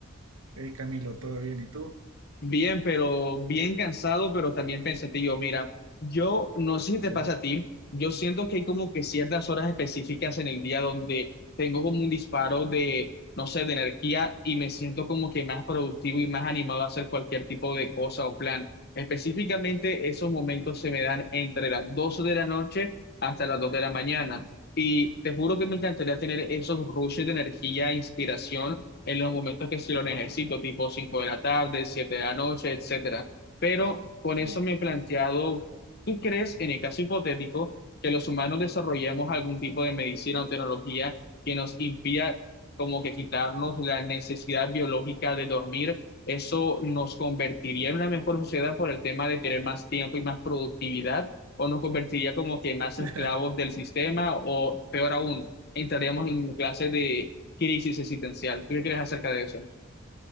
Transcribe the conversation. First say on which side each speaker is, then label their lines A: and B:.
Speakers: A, on the right (about 85°); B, on the left (about 50°).
A: Hey Camilo, ¿todo bien? ¿Y tú?
B: Bien, pero bien cansado, pero también pensativo. Mira, yo no sé si te
A: Sí.
B: pasa a ti, yo siento que hay como que ciertas horas específicas en el día donde tengo como un disparo de, no sé, de energía y me siento como que más productivo y más animado a hacer cualquier tipo de cosa o plan. Específicamente, esos momentos se me dan entre las 12 de la noche hasta las 2 de la mañana. Y te juro que me encantaría tener esos rushes de energía e inspiración en los momentos que sí lo necesito, tipo 5 de la tarde, 7 de la noche, etcétera. Pero con
A: Sí.
B: eso me he planteado, ¿tú crees en el caso hipotético que los humanos desarrollemos algún tipo de medicina o tecnología que nos impida como que quitarnos la necesidad biológica de dormir? ¿Eso nos convertiría en una mejor sociedad por el tema de tener más tiempo y más productividad? ¿O nos convertiría como que más esclavos
A: <laughs>
B: del sistema? O peor aún, entraríamos en clases de crisis existencial. ¿Tú qué crees acerca de eso?